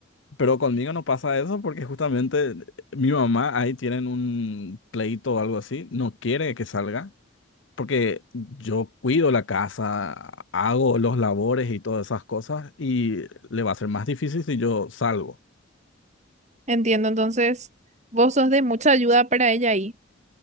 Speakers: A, on the left; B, on the right.
A: Pero conmigo no pasa eso porque justamente mi mamá ahí tienen un pleito o algo así, no quiere que salga porque yo cuido la casa, hago los labores y todas esas cosas y le va a ser más difícil si yo salgo.
B: Entiendo, entonces vos sos de mucha ayuda para ella ahí.